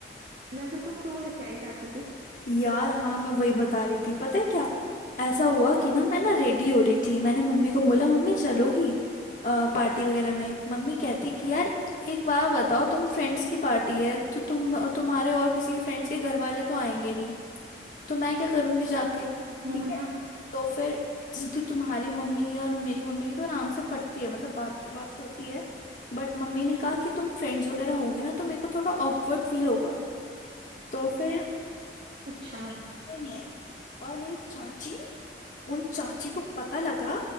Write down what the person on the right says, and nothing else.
वैसे तू क्यों लेके आई चाची को
हम्म
हम्म
अच्छा